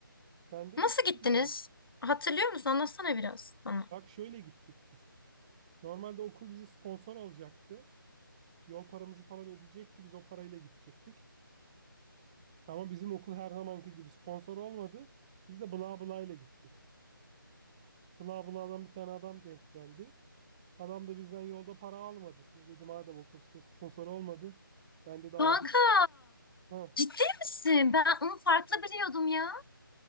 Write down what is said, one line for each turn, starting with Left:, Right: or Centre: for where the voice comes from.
Right: Ben de
Left: Nasıl
Right: gittim
Left: gittiniz?
Right: yani.
Left: Hatırlıyor musun? Anlatsana biraz bana.
Right: Bak şöyle gittik biz. Normalde okul bizi sponsor olacaktı. Yol paramızı falan ödeyecekti. Biz o parayla gidecektik. Ama bizim okul her zamanki gibi sponsor olmadı. Biz de bla bla ile gittik. Bla bla'dan bir tane adam denk geldi. Adam da bizden yolda para almadı. Siz dedi madem okul size sponsor olmadı. Ben dedi abi
Left: Kanka
Right: he,
Left: ciddi misin? Ben onu farklı biliyordum ya.